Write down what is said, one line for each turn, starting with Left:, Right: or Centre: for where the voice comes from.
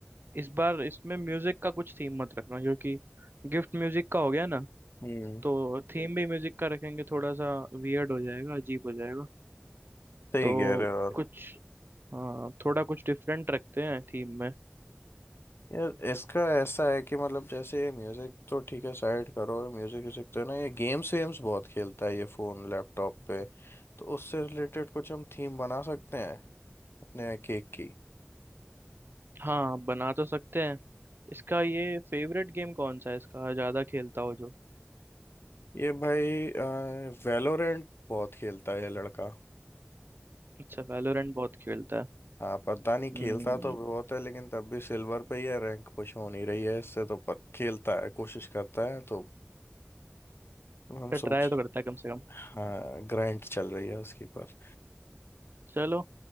Right: इस बार इसमें म्यूजिक का कुछ थीम मत रखना क्योंकि गिफ्ट म्यूजिक का हो गया ना
Left: हम्म
Right: तो थीम भी म्यूजिक का रखेंगे थोड़ा सा वियर्ड हो जाएगा अजीब हो जाएगा
Left: सही
Right: तो
Left: कह रहे हो यार
Right: कुछ हाँ थोड़ा कुछ डिफरेंट रखते हैं थीम में
Left: यार इसका ऐसा है कि मतलब जैसे म्यूजिक तो ठीक है साइड करो म्यूजिक व्यूजिक तो है ना ये गेम्स वेम्स बहुत खेलता है ये फोन लैपटॉप पे तो उससे रिलेटेड कुछ हम थीम बना सकते हैं अपने केक की
Right: हाँ बना तो सकते हैं इसका ये फेवरेट गेम कौन सा है इसका ज्यादा खेलता हो जो
Left: ये भाई वेलोरेंट बहुत खेलता है ये लड़का
Right: अच्छा वैलोरेंट बहुत खेलता है
Left: हाँ पता नहीं
Right: हम्म
Left: खेलता तो बहुत है लेकिन तब भी सिल्वर पे ही है रैंक पुश हो नहीं रही है इससे तो पर खेलता है कोशिश करता है तो हम
Right: <laughs>
Left: सोच
Right: ट्राई तो करता है कम से कम
Left: हाँ ग्राइंड चल रही है उसकी पर
Right: चलो